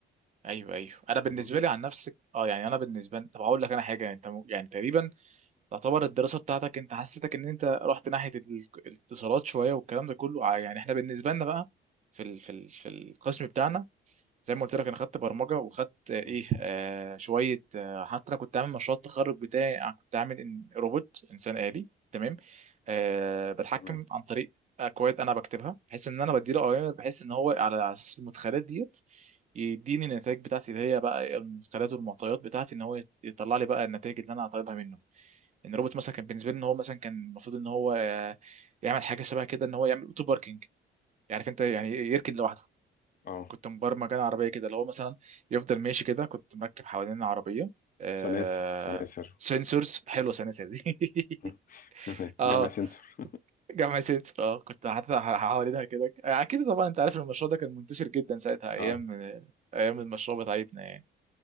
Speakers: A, on the right; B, on the left.
A: ايوه ايوه انا بالنسبه
B: تمام
A: لي عن نفسك اه يعني انا بالنسبه لي طب اقول لك انا حاجه انت م- يعني تقريبا تعتبر الدراسه بتاعتك انت حسيتك ان انت رحت ناحيه ال- الاتصالات شويه والكلام ده كله آه، يعني احنا بالنسبه لنا بقى في ال... في ال... في القسم بتاعنا زي ما قلت لك انا خدت برمجه وخدت آه، ايه
B: مم.
A: آه شويه آه حتى انا كنت عامل مشروع التخرج بتاعي أنا كنت عامل إن روبوت انسان آلي تمام آه بتحكم
B: تمام
A: عن طريق اكواد انا بكتبها بحيث ان انا بديله اوامر بحيث ان هو على اساس المدخلات ديت يديني النتائج بتاعتي اللي هي بقى المدخلات والمعطيات بتاعتي ان هو يطلع لي بقى النتائج اللي انا طالبها منه ان الروبوت مثلا كان بالنسبه لي ان هو مثلا كان المفروض ان هو آه، يعمل حاجه شبه كده ان هو يعمل اوتو باركينج عارف انت يعني يركن لوحده
B: اه
A: كنت مبرمج انا عربيه كده اللي هو مثلا يفضل ماشي كده كنت مركب حوالين العربيه آه...
B: سلاسل سلاسل
A: سنسورز حلوه سنسة دي <laughs>
B: <laughs>
A: اه
B: جمع سنسور
A: جمع سنسور اه كنت حاططها ح- حوالينها كده اكيد طبعا انت عارف المشروع ده كان منتشر جدا ساعتها ايام
B: اه
A: آه، ايام المشروع بتاعتنا يعني